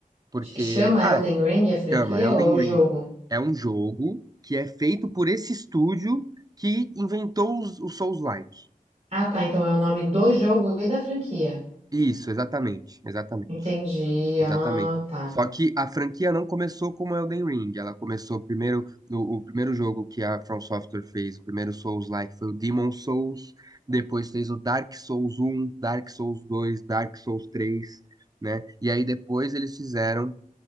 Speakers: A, on the right; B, on the right.
A: Porque,
B: Ch- Chama
A: ah,
B: Elden Ring a franquia
A: chama Elden
B: ou é o
A: Ring.
B: jogo?
A: É um jogo que é feito por esse estúdio que inventou os, os Souls-like.
B: Ah, tá. Então é o nome do jogo e da franquia.
A: Isso, exatamente, exatamente.
B: Entendi.
A: Exatamente.
B: Ah, tá.
A: Só que a franquia não começou como Elden Ring, ela começou primeiro no o primeiro jogo que a From Software fez, o primeiro Souls-like foi o Demon Souls, depois fez o Dark Souls um Dark Souls dois Dark Souls três né? E aí depois eles fizeram